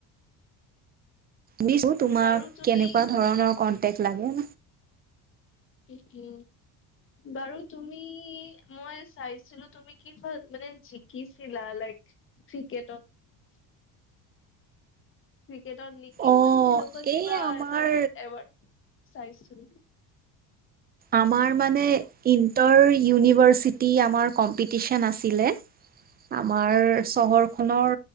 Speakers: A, on the right; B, on the left.
A: ধিছো তোমাক
B: বাৰু তুমি
A: কেনেকুৱা ধৰণৰ কন্টেক লাগে
B: এইটো বাৰু তুমি মই চাইছিলো তুমি কিহত মানে জিকিছিলা লাইক ক্ৰিকেটত ক্ৰিকেটত নেকি
A: অ',
B: মই সেনেকুৱা কিবা
A: এই আমাৰ
B: এটা এৱাৰ্ড চাইছোঁ
A: আমাৰ মানে ইণ্টৰ ইউনিভাৰ্চিটি আমাৰ কম্পিটিচন আছিলে আম আমাৰ চহৰ খনৰ